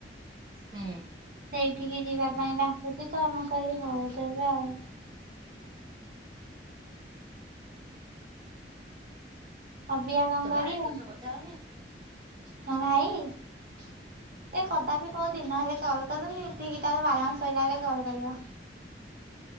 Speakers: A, on the right; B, on the right.
A: ହୁଁ।
B: ସେଇଠିକି ଯିବା ପାଇଁ ଡାକୁଛି ତ ମୁଁ କହିଲି ହଉ ତେବେ ଆଉ। ଅବିକା କଣ
A: ତୋ
B: କରିବ?
A: ଭାଇ ତୋ ସହ କଥା ହଉନି
B: ମୋ ଭାଇ? ସେ କଦାପି କୋଉ ଦିନ ହେଲେ କଲ୍ କରୁନି ଠିକ୍ ତାର ବାଲାନ୍ସ ସାରିଲା ବେଳେ କଲ୍ କରିବ।